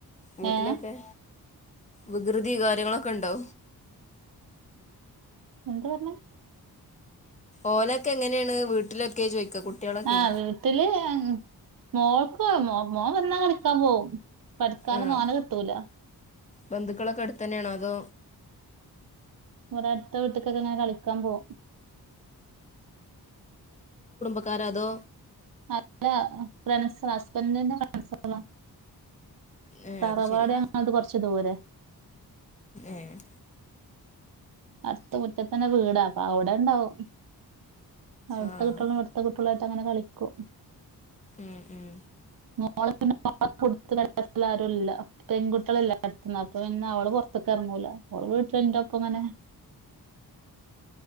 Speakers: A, on the left; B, on the right.
A: വീട്ടിലൊക്കെ?
B: ഏഹ്
A: വികൃതി കാര്യങ്ങളൊക്കെ ഉണ്ടോ?
B: എന്ത് പറഞ്ഞേ.
A: ഓലൊക്കെ എങ്ങനെയാണ് വീട്ടിലൊക്കെ ചോദിക്ക. കുട്ടികളൊക്കെ
B: ആഹ വീട്ടില് ആൻ മോൾക്ക് മോൻ വന്നാ കളിക്കാൻ പോകും. പഠിക്കാൻ
A: ആഹ്
B: ഒന്നും അവനെ കിട്ടൂല.
A: ബന്ധുക്കളൊക്കെ അടുത്തന്നെയാണോ അതോ.
B: ഓൻ അടുത്ത വീട്ട്ക്കൊക്കെ ഇങ്ങനെ കളിക്കാൻ പോകും.
A: <unintelligible> ക്കാര അതോ
B: അല്ല ഫ്രണ്ട്സ് ഹസ്ബൻഡിന്റെ ഫ്രണ്ട്സകളാ.
A: ഏഹ്
B: തറവാട്
A: അത് ശരി
B: ഞങ്ങൾത് കൊറച്ച് ദൂരെ.
A: ഏഹ്
B: അടുത്ത മുറ്റത്തന്നെ വീടാ അപ്പൊ അവിടെ ഉണ്ടാവും. അവിടുത്തെ
A: ആഹ്
B: കുട്ടികളും ഇവിടുത്തെ കുട്ടികളുംമായിട്ട് അങ്ങനെ കളിക്കും.
A: ഉം ഉം
B: മോള പിന്നെ ഒ <unintelligible> ആരുംല്ല. പെൺകുട്ടികളല്ലേ അടുത്ത് അപ്പൊ പിന്നെ അവളും പുറത്ത്ക്ക് ഇറങ്ങൂല. അവള് വീട്ട് പ്പ എന്താകും അങ്ങനെ.